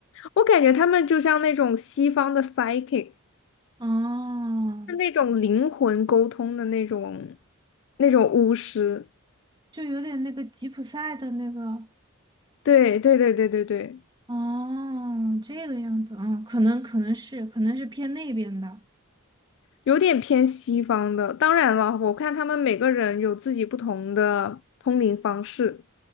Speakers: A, on the left; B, on the right.
A: 我感觉他们就像那种西方的 psychic，
B: 哦，
A: 是那种灵魂沟通的那种那种巫师。
B: 就有点那个吉普赛的那个，
A: 对对对对对对，
B: 哦，这个样子，嗯，可能可能是可能是偏那边的，
A: 有点偏西方的。当然了，我看他们每个人有自己不同的通灵方式。